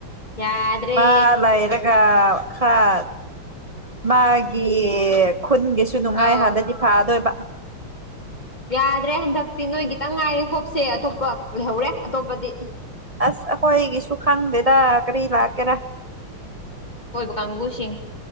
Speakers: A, on the left (about 20°); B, on the right (about 25°).
A: ꯌꯥꯗ꯭ꯔꯦ
B: ꯃꯥꯂꯩꯔꯒ ꯈꯔ ꯃꯥꯒꯤ ꯈꯨꯟꯒꯤꯁꯨ ꯅꯨꯡꯉꯥꯏ
A: ꯑꯧ
B: ꯍꯥꯟꯅꯗꯤ ꯐꯥꯗꯣꯏꯕ
A: ꯌꯥꯗ꯭ꯔꯦ ꯍꯟꯗꯛꯇꯤ ꯅꯣꯏ ꯒꯤꯇꯪ ꯉꯥꯏꯔꯦ ꯍꯣꯞꯁꯦ ꯑꯇꯣꯞꯄ ꯂꯩꯍꯧꯔꯦ ꯑꯇꯣꯞꯄꯗꯤ
B: ꯑꯁ ꯑꯩꯈꯣꯏꯒꯤꯁꯨ ꯈꯪꯗꯦꯗ ꯀꯔꯤ ꯂꯥꯛꯀꯦꯔꯥ
A: ꯀꯪꯒꯨꯁꯤꯡ